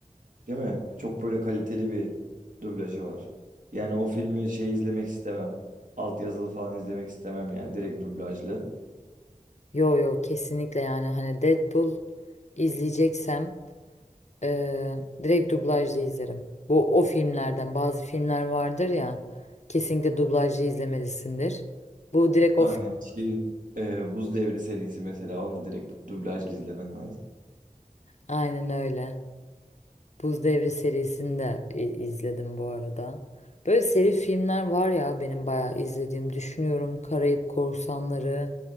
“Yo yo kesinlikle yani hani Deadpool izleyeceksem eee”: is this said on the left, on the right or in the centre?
Left